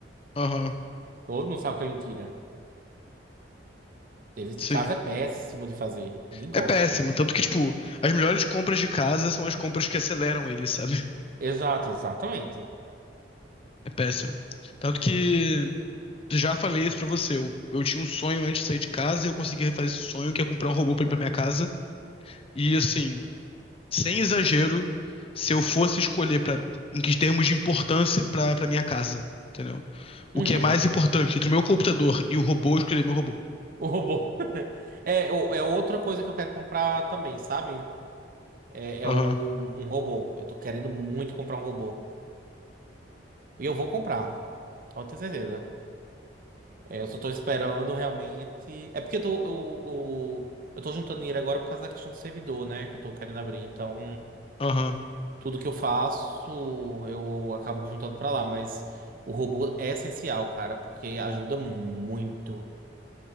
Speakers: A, on the left (about 30°); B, on the right (about 45°).
A: Aham,
B: Todo mundo sabe que é mentira. Serviço
A: sim.
B: de casa é péssimo de fazer. Ninguém gosta.
A: É péssimo. Tanto que, tipo, as melhores compras de casa são as compras que aceleram ele, sabe?
B: Exato, exatamente.
A: É péssimo. Tanto que, já falei isso pra você. Eu, eu tinha um sonho antes de sair de casa e eu consegui refazer esse sonho, que é comprar um robô pra ir pra minha casa. E, assim, sem exagero, se eu fosse escolher pra, em que termos de importância pra, pra minha casa, entendeu? O
B: Uhum.
A: que é mais importante entre o meu computador e o robô, eu escolheria meu robô.
B: O robô. <laughs> É, o- é outra coisa que eu quero comprar também, sabe? É, é
A: Aham,
B: o, um robô. Eu tô querendo muito comprar um robô. E eu vou comprar, pode ter certeza. É, eu só tô esperando realmente. É porque eu tô, eu, eu, eu tô juntando dinheiro agora por causa da questão do servidor, né? Que eu tô querendo abrir. Então,
A: aham.
B: tudo que eu faço, eu acabo juntando pra lá. Mas o robô é essencial, cara, porque ajuda muito.